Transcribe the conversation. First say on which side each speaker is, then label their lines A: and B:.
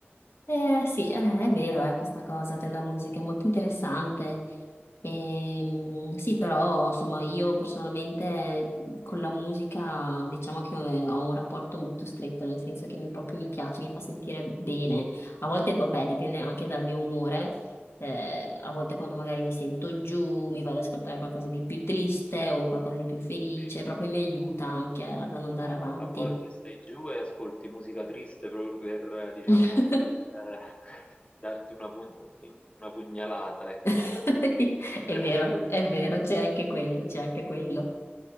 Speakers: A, on the left; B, on the left.
A: Eh, sì, eh, è vero, eh, questa cosa della musica è molto interessante. Ehm, sì, però insomma io personalmente con la musica diciamo che eh, ho un rapporto molto stretto, nel senso che mi, proprio mi piace, mi fa sentire bene. A volte, vabbè, dipende anche dal mio umore. Eh, a volte quando magari mi sento giù, mi vado ad ascoltare qualcosa di più triste o qualcosa di più felice,
B: Sì.
A: proprio mi aiuta anche ad andare avanti.
B: A volte stai giù e ascolti musica triste proprio per, eh, diciamo,
A: <laughs>
B: eh, <laughs> darti una, pug- in- una pugnalata, ecco.
A: <laughs> È
B: <laughs>
A: vero, è vero, c'è anche quello, c'è anche quello.